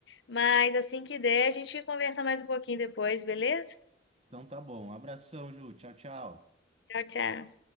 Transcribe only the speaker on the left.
Mas assim que der, a gente conversa mais um pouquinho depois, beleza?
Tchau, tchau.